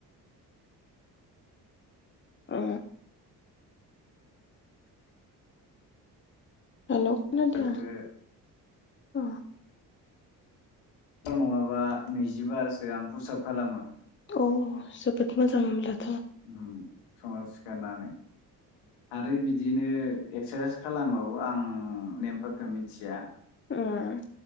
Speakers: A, on the left; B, on the left.
A: अ हेलौ खोनादिया
B: सिखारखो
A: अ
B: फोर नङाबा नैजिबारसो आं फुसाब खालामो
A: औ जोबोद मोजां बिदिब्ला
B: उम समाज गारनानै आरो बिद बिदिनो एक्सारसाइस खालामबावो आं नेमफोरखौ मिथिया
A: उम